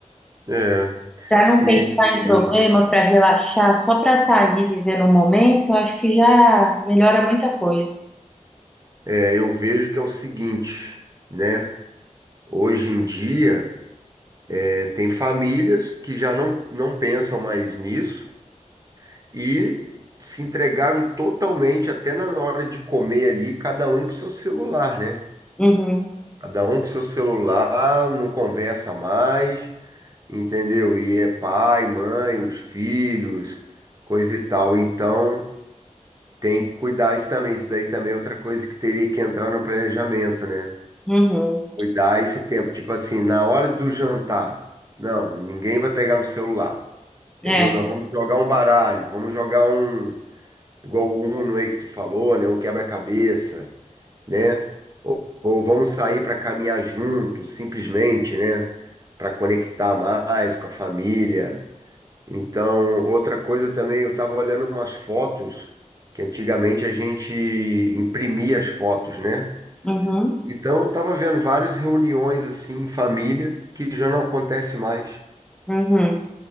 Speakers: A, on the right; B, in the centre.
A: é.
B: para não
A: E
B: pensar em problema, para relaxar, só para estar ali vivendo o momento, eu acho que já melhora muita coisa.
A: é, eu vejo que é o seguinte, né? Hoje em dia, é, tem famílias que já não, não pensam mais nisso e se entregaram totalmente, até na hora de comer ali, cada um com seu celular, né?
B: Uhum,
A: Cada um com seu celular, não conversa mais, entendeu? E é pai, mãe, os filhos, coisa e tal. Então. Tem que cuidar isso também. Isso daí também é outra coisa que teria que entrar no planejamento, né?
B: uhum,
A: Cuidar esse tempo. Tipo assim, na hora do jantar, não, ninguém vai pegar no celular. Entendeu?
B: é,
A: Nós vamos jogar um baralho, vamos jogar um, igual o Uno aí que tu falou, né? Um quebra-cabeça, né? Ou, ou vamos sair para caminhar juntos, simplesmente, né? Para conectar mais com a família. Então, outra coisa também, eu estava olhando umas fotos que antigamente a gente imprimia as fotos, né?
B: uhum,
A: Então, eu estava vendo várias reuniões assim em família que já não acontece mais.
B: uhum.